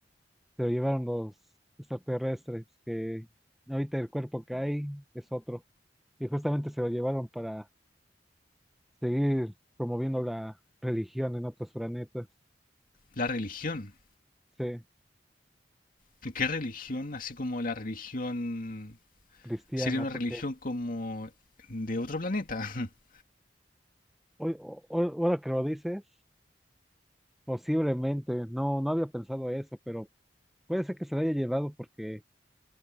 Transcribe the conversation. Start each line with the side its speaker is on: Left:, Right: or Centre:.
Centre: se lo llevaron los extraterrestres, que ahorita el cuerpo que hay es otro. Y justamente se lo llevaron para seguir promoviendo la religión en otros planetas.
Left: La religión.
Centre: Sí.
Left: ¿Qué religión? Así como la religión
Centre: cristiana,
Left: Sería una
Centre: porque
Left: religión como de otro planeta. <laughs>
Centre: hoy, ho- ho- ahora que lo dices, posiblemente, no, no había pensado eso, pero puede ser que se la haya llevado porque